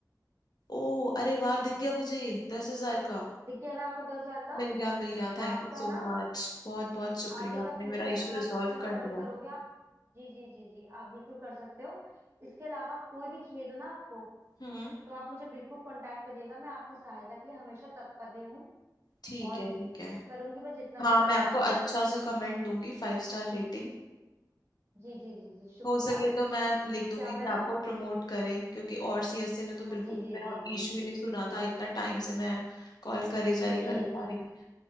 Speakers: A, on the left; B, on the right.
A: ओ अरे वाह दिख गया मुझे दस हजार का
B: देखिए अनाप सर का
A: मिल गया मिल गया थैंक
B: आपका
A: यू सो
B: ना
A: मच बहुत बहुत शुक्रिया
B: आगे
A: आपने
B: का फ्यूचर
A: मेरा इशू
B: का
A: रिजॉल्व
B: जितना भी ऑर्डर
A: कर दिया
B: करोगे आप जी जी जी जी आप बिल्कुल कर सकते हो इसके अलावा कोई भी खेद हो ना आपको
A: हम्म
B: तो आप मुझे बिल्कुल कांटेक्ट करिएगा मैं आपकी सहायता के लिए हमेशा तत्पर हूँ
A: ठीक
B: और
A: है ठीक है
B: करूंगी मैं जितना
A: हाँ
B: भी कर
A: मैं
B: सकती
A: आपको अच्छा
B: हूँ
A: सा कमेंट दूंगी फाइव स्टार रेटिंग
B: जी जी जी जी शुक्रिया
A: हो सके तो मैं लिख
B: क्या
A: दूंगी
B: मैं
A: कि आपको प्रमोट करे क्योंकि और सीएससी ने तो बिल्कुल
B: हाँ, जी
A: भी
B: जी
A: मेरा
B: जी जी
A: इशू
B: जी
A: ही नहीं सुना था इतना टाइम से मैं कॉल करे जा
B: जी
A: रही करे जा
B: जी जी।
A: रही